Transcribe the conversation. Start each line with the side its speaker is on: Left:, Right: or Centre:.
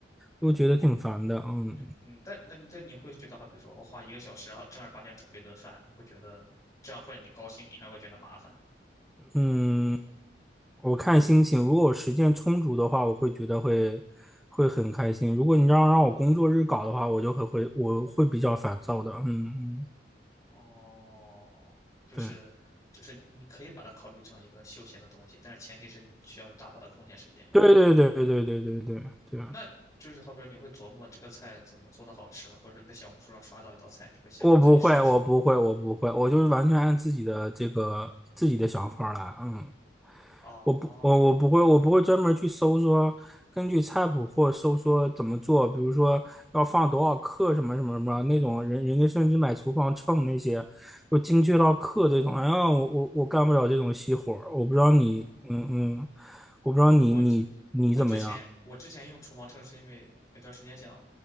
Centre: 又觉得挺烦的，嗯
Left: 嗯，但那你但你会觉得，好比说我花一个小时啊，然后正儿八经准备顿饭，你会觉得这样会让你高兴，你还会觉得麻烦。
Centre: 嗯。我看心情，如果我时间充足的话，我会觉得会会很开心。如果你让让我工作日搞的话，我就会会我会比较烦躁的。嗯嗯，
Left: 哦，就是就是你可以把它考虑成一个休闲的东西，
Centre: 对
Left: 但是前提是你需要有大把的空闲时间。
Centre: 对对对对对对对对，对，
Left: 那就是好比说你会琢磨这个菜怎么做的好吃吗？或者说你在小红书上刷到一道菜，你会想我自己试一试。
Centre: 我不会，我不会，我不会，我就是完全按自己的这个自己的想法来。嗯
Left: 哦，
Centre: 我不，我我不会，我不会专门去搜说根据菜谱或搜说怎么做，比如说要放多少克什么什么什么那种人，人家甚至买厨房秤那些，就精确到克这种。哎呀，我我我干不了这种细活儿，我不知道你，嗯嗯，我不知道你你你怎么样，
Left: 我我之前我之前用厨房秤是因为有段时间想